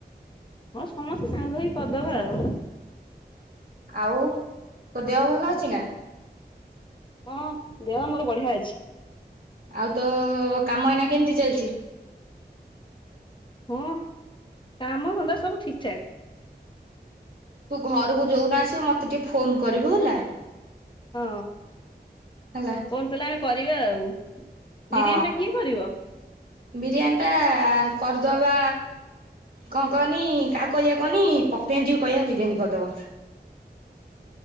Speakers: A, on the left (about 25°); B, on the right (about 55°).
A: ହଁ ସମସ୍ତେ ସାଙ୍ଗ ହେଇ କରିଦବା ଆଉ।
B: ଆଉ ତୋ ଦେହ ଭଲ ଅଛି ନା?
A: ହଁ ଦେହ ମୋର ବଢିଆ ଅଛି।
B: ଆଉ ତ କାମ ଏଇନା କେମିତି ଚାଲିଛି?
A: ହଁ କାମ ଧନ୍ଦା ସବୁ ଠିକ ଠାକ୍।
B: ତୁ ଘରକୁ ଯୋଉଦିନ ଆସିବୁ ମୋତେ ଟିକେ ଫୋନ କରିବୁ ହେଲା।
A: ହଁ
B: ହେଲା
A: ଫୋନ୍ କଲେ ଆମେ କରିବା ଆଉ।
B: ହଁ
A: ବିରିୟାନୀ ଟା କିଏ କରିବ?
B: ବିରିୟାନୀ ଟା କରିଦବା କଣ କହନି କାହାକୁ କହିବା କହନି ପପି ଆଣ୍ଟିକୁ କହିବା ବିରିୟାନୀ କରିଦବ।